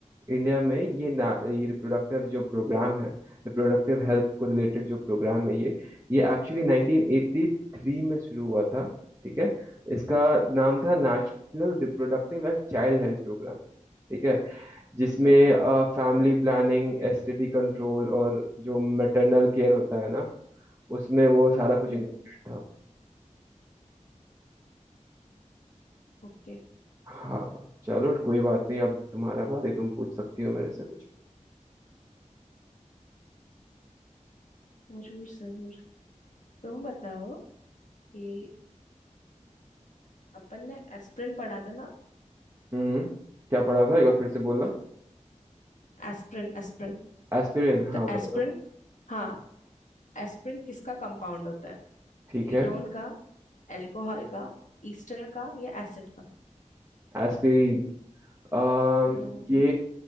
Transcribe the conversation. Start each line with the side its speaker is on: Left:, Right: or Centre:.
Right: इंडिया में ये ना ये रिप्रोडक्टिव जो प्रोग्राम है रिप्रोडक्टिव हेल्थ को रिलेटेड जो प्रोग्राम है ये ये एक्चुअली 1983 में शुरू हुआ था ठीक है इसका नाम था national reproductive and child health program ठीक है जिसमें
Left: ओके
Right: family planning एसटीडी control और जो मैटरनल केयर होता है ना उसमें वो सारा कुछ
Left: हम्म
Right: इंक्लूडेड था
Left: ओके
Right: हाँ चलो कोई बात नहीं अब तुम्हारा बारी तुम पूछ सकती हो मेरे से कुछ
Left: जरूर जरूर तुम बताओ कि अपन ने एस्पिरिन पढ़ा था ना
Right: हम्म क्या पढ़ा था एक बार फिर से बोलना
Left: तो एस्पिरिन एस्पिरिन
Right: एस्पिरिन
Left: तो
Right: हाँ
Left: एस्पिरिन
Right: बताओ
Left: हाँ एस्पिरिन किसका कंपाउंड होता है
Right: ठीक
Left: कीटोन
Right: है
Left: का अल्कोहल का ईस्टर का या एसिड का
Right: एस्पिरिन अम
Left: हम्म
Right: ये